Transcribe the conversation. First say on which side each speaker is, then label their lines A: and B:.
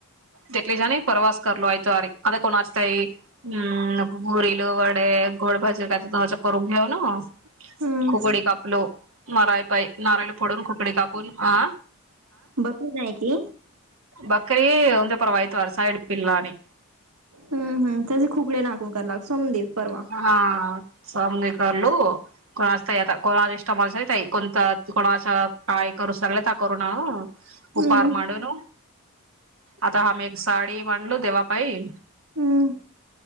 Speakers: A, on the right; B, on the right.
A: दक्लीश आणि प्रवास करो आऐटावरी तोवारी अता कोणाचतााई हम् नक घुरील वडे गोड भाजी काय तर करून घेऊ ना
B: हम्म
A: खुकडी कापलो नारळ पाय नारळी फोडून खुकडी कापून ह
B: बघू आहे की
A: बकरी अपरा वयत व सयईड पिला आणि
B: हम् हम तसे खुकडे नाकून करा लाग सोमदीेव परवा
A: हा समने करलो कोणा आता कोणा इष्टम कोणतं कोणाचं काय करू सगळ का करू न
B: हम्म
A: उपार मांडूून आता आम् एक साडी मांडलो देवापाई
B: हम्म